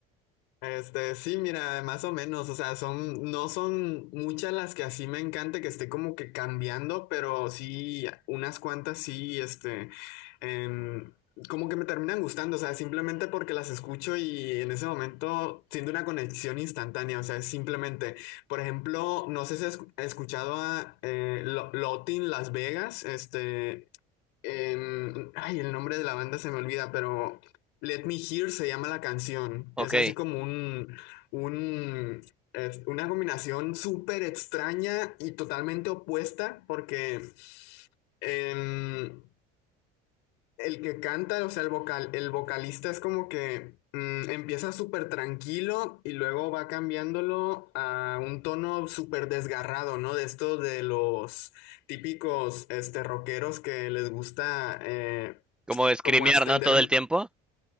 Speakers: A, on the left; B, in the centre.
A: Este, sí, mira, más o menos, o sea, son, no son muchas las que así me encanta que esté como que cambiando, pero sí, unas cuantas sí, este, em, como que me terminan gustando, o sea, simplemente porque las escucho y en ese momento siento una conexión instantánea, o sea, es simplemente, por ejemplo, no sé si has escu- escuchado a eh, Lo- Lotin Las Vegas, este, en- ay, el nombre de la banda se me olvida, pero Let Me Hear se llama la canción.
B: Ok,
A: Es así como un, un, es una combinación súper extraña y totalmente opuesta, porque em, el que canta, o sea, el vocal, el vocalista es como que mm, empieza súper tranquilo y luego va cambiándolo a un tono súper desgarrado, ¿no? De estos de los típicos este, rockeros que les gusta eh,
B: como escrimear,
A: como extender,
B: ¿no? Todo el tiempo.